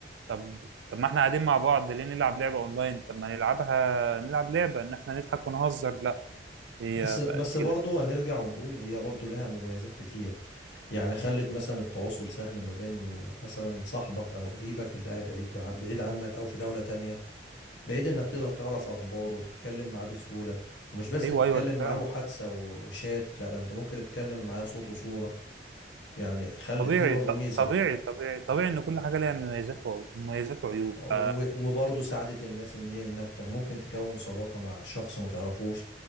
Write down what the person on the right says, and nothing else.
طب طب ما احنا قاعدين مع بعض ليه نلعب لعبه اونلاين طب ما نلعبها نلعب لعبه ان احنا نضحك ونهزر لا هي
بقت كده
ايوه
ايوه ده فعلا
طبيعي
ط-
طبيعي طبيعي طبيعي ان كل حاجه ليها مميزات ومميزات وعيوب
ف